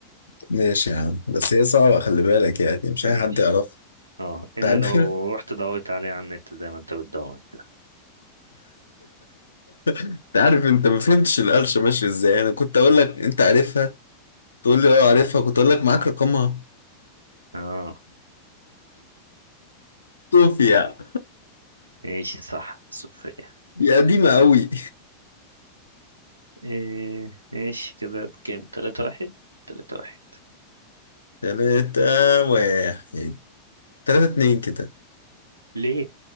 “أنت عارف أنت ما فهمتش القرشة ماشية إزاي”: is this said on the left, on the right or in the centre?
Left